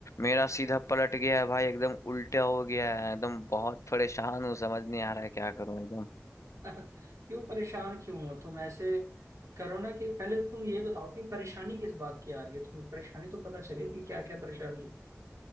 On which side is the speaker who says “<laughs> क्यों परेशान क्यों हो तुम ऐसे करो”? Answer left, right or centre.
Right